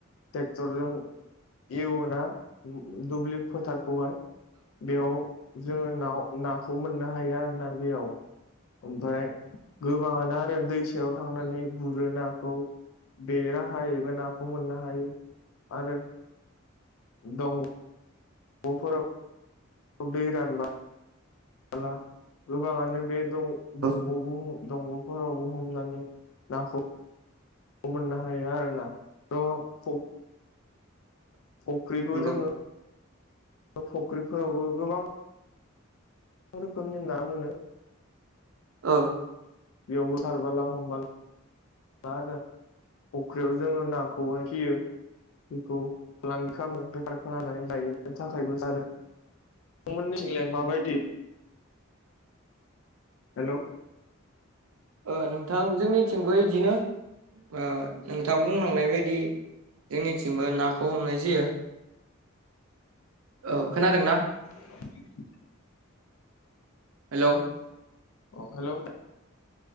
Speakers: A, on the left; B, on the right.
A: ट्रेक्टरजों एवोना दुब्लि फोथारखौहाय बेयाव जोङो नाव नाखौ मोननो हायो आरो ना बेयाव ओमफ्राय गोबाङानो आरो दै सायाव थांनानै गुरोना खौ बेराहायैबो नाखौ मोननो हायो आरो दं नफोराव दै रानबा बाला गोबाङानो बे दं-दंग'बो
B: ओ
A: दंग'फोरावबो हमनानै नाखौ मोननो हायो आरोना थ' फख्रिबो
B: नंगौ
A: दोङो फुख्रिफोरावबो गोबां रोखोमनि ना मोनो।
B: औ
A: बेयावबो सारबोला हमबला आरो फख्रियाव जोङो नाखौहाय फियो। बेखौ फालांगि खालामो बेटफार खालामनानै लायो बेनि थाखायबो नोंथांमोननिथिंलाय माबायदि हेलौ
B: ओ नोंथांजों मिथिंबो इदिनो ओ नोंथां बुंलांनाय बायदि। जोंनिथिंबो नाखौ हमनाय जायो। औ खोनादों ना?
A: <inaudible>
B: हेलौ
A: औ हेलौ